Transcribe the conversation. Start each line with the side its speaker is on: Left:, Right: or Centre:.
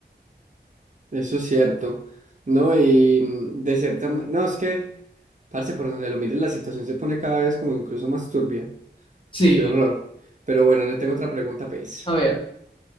Right: eso es cierto, ¿no? Y mm, de cierta ma- no, es que, parce, por donde lo mires, la situación se pone cada vez como incluso más turbia.
Left: Sí,
Right: Qué horror. Pero bueno, le tengo otra pregunta, pues.
Left: a ver,